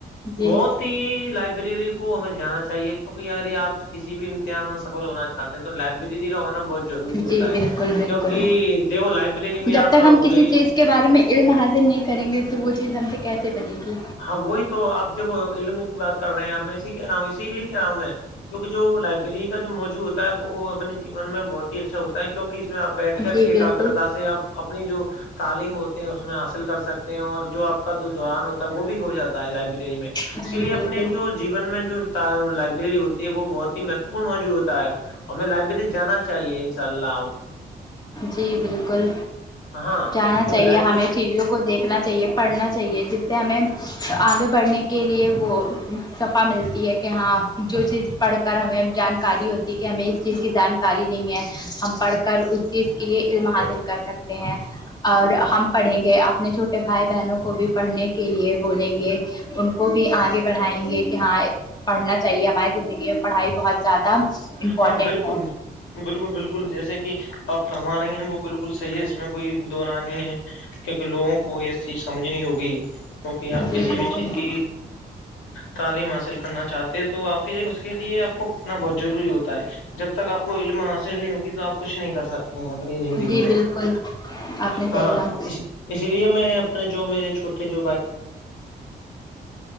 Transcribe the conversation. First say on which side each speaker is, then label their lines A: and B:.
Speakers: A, on the left (about 20°); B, on the left (about 85°).
A: جی
B: بہت ہی لائب لائبریری کو ہمیں جانا چاہیے کیونکہ اگر یہ آپ کسی بھی امتحان میں سفل ہونا چاہتے ہیں تو لائبریری کا ہونا بہت ضروری ہوتا
A: جی
B: ہے
A: بالکل بالکل
B: کیونکہ دیکھو لائبریری میں
A: جب
B: آپ
A: تک
B: رہو
A: ہم کسی
B: گے
A: چیز کے بارے میں علم حاصل نہیں کریں گے تو وہ چیز ہم سے کیسے بنے گی
B: ہاں وہی تو آپ دیھکو علم کی بات کر رہے ہیں آپ میں اسی کہہ رہا ہوں اسی لیے کہہ رہا ہوں میں کیونکہ جو لائبریری کا جو موضوع ہوتا ہے وہ اپنے جیون میں بہت ہی اچھا ہوتا ہے کیونکہ اس میں آپ بیٹھ کر
A: جی
B: ایکاگرتا
A: بالکل
B: سے آپ اپنی جو تعلیم ہوتے ہیں اس میں حاصل کر سکتے ہیں اور جو آپ کا جو دوران ہو تا وہ بھی ہو جاتا ہے لائبریری میں
A: جی
B: اسی لیے
A: بالکل
B: اپنے جو جیون میں جو لائبریری ہوتی ہے وہ بہت ہی مہتوپورن موضوع ہوتا ہے اور ہمیں لائبریری جانا چاہیے انشاء اللہ
A: جی بالکل
B: ہاں
A: جانا
B: کیونکہ
A: چاہیے
B: لائبریری
A: ہمیں چیزوں کو دیکھنا چاہیے پڑھنا چاہیے جس سے ہمیں تو آگے بڑھنے کے لیے وہ صفا ملتی ہے کہ ہاں جو چیز پڑھ کر ہمیں جانکاری ہوتی ہے کہ ہمیں اس چیز کی جانکاری نہیں ہے ہم پڑھ کر اس چیز کے لیے علم حاصل کر سکتے ہیں اور ہم پڑھیں گے اپنے چھوٹے بھائی بہنوں کو بھی پڑھنے کے لیے بولیں گے ان کو بھی آگے بڑھائیں گے کہ ہاں پڑھنا چاہیے ہماری زندگی میں پڑھائی بہت زیادہ امپورٹینٹ
B: ہاں بالکل
A: ہے
B: بالکل بالکل جیسے کہ آپ فرما رہی ہیں وہ بالکل صحیح ہے اس میں کوئی دو نہ نہیں ہے کیونکہ لوگوں کو یہ چیز سمجھنی ہوگی کیونکہ آپ کسی
A: جی بالکل
B: بھی چیز کی تعلیم حاصل کرنا چاہتے ہیں تو آپ کے لیے اس کے لیے آپ کو پڑھنا بہت ضروری ہوتا ہے جب تک آپ کو علم حاصل نہیں ہوگی تو آپ کچھ نہیں کر سکوں اپنی زندگی
A: جی
B: میں
A: بالکل آپ نے صحیح
B: ہاں
A: کہا
B: اسی اسی لیے میں اپنے جو میرے چھوٹے جو بھائی